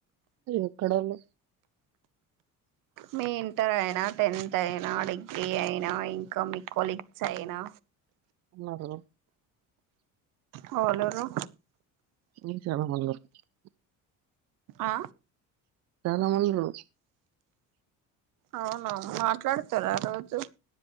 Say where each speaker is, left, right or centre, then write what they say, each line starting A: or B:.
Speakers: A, on the right (about 50°); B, on the right (about 70°).
A: ఎక్కడోళ్ళు
B: మీ ఇంటర్ అయినా టెన్త్ అయినా డిగ్రీ అయినా ఇంకా మీ కొలీగ్స్ అయినా
A: ఉన్నారు
B: హోలోరు
A: <unintelligible>
B: ఆ
A: చాలామండ్రు
B: అవునవు మాట్లాడతార రోజు